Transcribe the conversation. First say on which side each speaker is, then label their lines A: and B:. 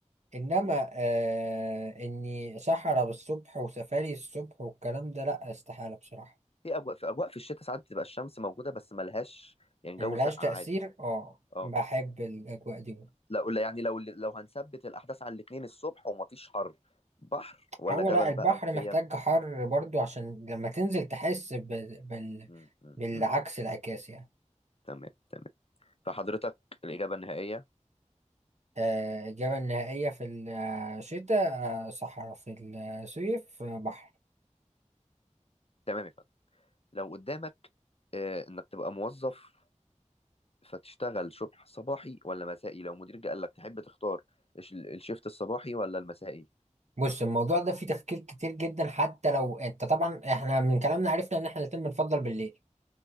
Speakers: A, on the right; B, on the left.
A: انما
B: م.
A: آه اني صحراء بالصبح وسفاري الصبح والكلام ده لا استحالة بصراحة
B: في اجواء في اجواء في الشتاء ساعات بتبقى الشمس موجوده بس ملهاش يعني
A: يعني
B: جو
A: ملهاش
B: ساقع
A: تأثير
B: عادي
A: اه
B: اه
A: بحب الاجواء دي
B: لا قول يعني لو لو هنثبت الاحداث على الاثنين الصبح ومفيش حر بحر ولا
A: هو
B: جبل
A: لا البحر
B: بقى وخيم
A: محتاج حر برضو عشان لما تنزل تحس بال... بال...
B: م- م-
A: بالعكس
B: م.
A: العكاس يعني
B: تمام تمام فحضرتك الاجابه النهائيه
A: آه، الإجابة النهائية في الشتاء آه، صحراء في الصيف آه، بحر
B: تمام لو قدامك آه، انك تبقى موظف فتشتغل شبح صباحي ولا مسائي لو مديرك قال لك تحب تختار الش- الشيفت الصباحي ولا المسائي
A: بص الموضوع ده فيه تفكير كتير جدا حتى لو انت طبعا احنا من كلامنا عرفنا ان احنا الاتنين بنفضل بالليل